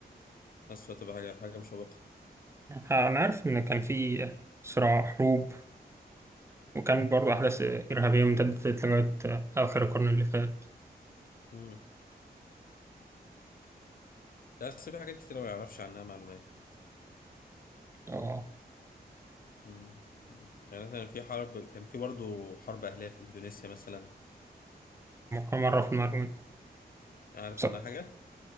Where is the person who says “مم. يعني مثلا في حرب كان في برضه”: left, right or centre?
Left